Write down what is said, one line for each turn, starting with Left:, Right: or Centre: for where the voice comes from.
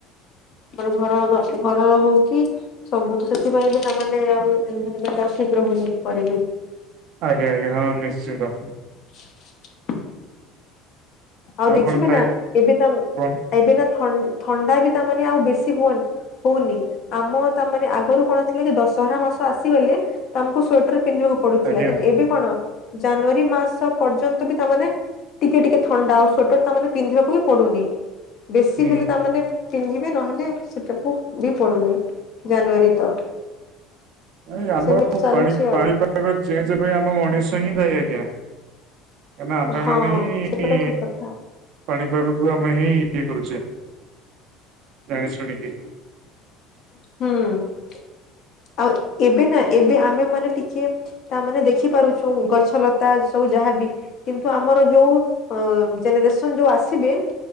Left: ମାନେ ଘରର <unintelligible> ହଉ କି ସବୁ ତ ସେଥିପାଇଁ ବି ତା ମାନେ ଆଉ ଏନଭାରମେଣ୍ଟ୍ ଆଉ ଠିକ୍ ରହୁନି <unintelligible>
Right: ଆଜ୍ଞା ଆଜ୍ଞା ହଁ ନିଶ୍ଚିନ୍ତ।
Left: <inaudible> ଆଉ ଦେଖିବେ
Right: କଣ ଖାଇ
Left: ନା ଏବେ ତା
Right: କଣ
Left: ଏବେ ନା ଥ ଥଣ୍ଡା ବି ତାମାନେ ଆଉ ବେଶୀ ହୁଅନି। ହଉନି ଆମ ତା ମାନେ ଆଗରୁ କଣ ଥିଲା କି ଦଶହରା ମାସ ଆସିଗଲେ ତମକୁ ସ୍ଵେଟର୍ ପିନ୍ଧିବାକୁ ପଡୁଥିଲା
Right: ଆଜ୍ଞା
Left: କିନ୍ତୁ ଏବେ କଣ ଜାନୁଆରୀ ମାସ ପର୍ଯ୍ୟନ୍ତ ବି ତାମାନେ ଟିକେ ଟିକେ ଥଣ୍ଡା ଆଉ ସ୍ଵେଟର୍ ତା ମାନେ ପିନ୍ଧିବାକୁ ବି ପଡୁନି ବେଶୀ
Right: ହୁଁ।
Left: ହେଲେ ତା ମାନେ ପିନ୍ଧିବେ ନହେଲେ ସେଟାକୁ ବି ପଡୁନାହିଁ ଜାନୁଆରୀ ତ
Right: ଏ ଆମର
Left: ସେମିତି ଚାଲୁଛି
Right: ପାଣି ପାଣିପାଗ
Left: ଆଉ
Right: ଚେଞ୍ଜ ପାଇଁ ଆମ ମଣିଷ ହିଁ ଦାୟୀ ଆଜ୍ଞା। କାଇଁ ନା ଆମେ
Left: ହଁ
Right: ମାନେ ହିଁ
Left: ସେଟା
Right: ଇ
Left: ତ ଠିକ କଥା
Right: ପାଣିପାଗକୁ ଆମେ ହିଁ ଇଏ କରୁଚେ ଜାଣିଶୁଣିକି।
Left: ହୁଁ। ଆଉ ଏବେ ନା ଏବେ ଆମେ ମାନେ ଟିକେ ତା ମାନେ ଦେଖି ପାରୁଚୁ ଗଛଲତା ସବୁ ଯାହା ବି କିନ୍ତୁ ଆମର ଯୋଉ ଅ ଜେନେରେସନ୍ ଯୋଉ ଆସିବେ